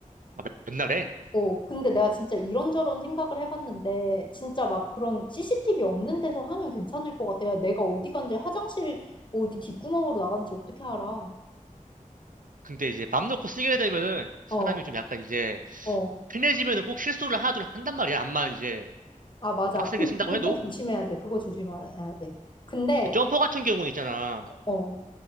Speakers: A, on the right; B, on the left.
A: 아, 맨- 맨날에?
B: 어, 근데 내가 진짜 이런저런 생각을 해봤는데, 진짜 막 그런 CCTV 없는 데서 하면 괜찮을 것 같아요. 내가 어디 간지 화장실 어디 뒷구멍으로 나간지 어떻게 알아?
A: 근데 이제 맘 놓고 쓰게 되면은 사람이
B: 어,
A: 좀 약간 이제
B: 어.
A: 편해지면은 꼭 실수를 하나둘 한단 말이야. 암만 이제
B: 아, 맞아.
A: 빡세게
B: 그,
A: 쓴다고
B: 그거
A: 해도.
B: 조심해야 돼. 그거 조심해야 돼. 근데
A: 점퍼 같은 경우는 있잖아.
B: 어,